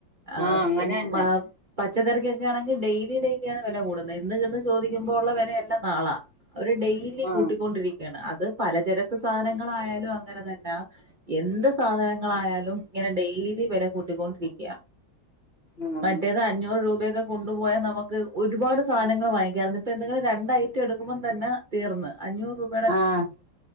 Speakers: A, on the right (about 35°); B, on the left (about 50°).
A: അഹ്
B: ആഹ് അങ്ങനെ തന്നെ
A: മ പച്ചക്കറിക്കൊക്കെയാണെങ്കി ഡെയിലി ഡെയിലിയാണ് വെല കൂട്ന്നത് ഇന്ന് ചെന്ന് ചോദിക്ക്മ്പോ ഉള്ള വിലയല്ല നാളാ അവര് ഡെയിലി
B: ആഹ്
A: കൂട്ടിക്കൊണ്ടിരിക്കാണ് അത് പലചരക്ക് സാധനങ്ങളായാലും അങ്ങനെ തന്നാ. എന്ത് സാധനങ്ങളായാലും ഇങ്ങനെ ഡെയിലി വില കൂട്ടിക്കൊണ്ടിരിക്ക.
B: ആഹ്
A: മറ്റേത് അഞ്ഞൂറ് രൂപയൊക്കെ കൊണ്ടുപോയാ നമക്ക് ഒരുപാട് സാധനങ്ങൾ വാങ്ങിക്കാർന്ന് ഇപ്പൊ എന്തെങ്കിലും രണ്ടഐറ്റം എട്ക്കുമ്പോ തന്നെ തീർന്ന് അഞ്ഞൂറ് രൂപ
B: ആഹ്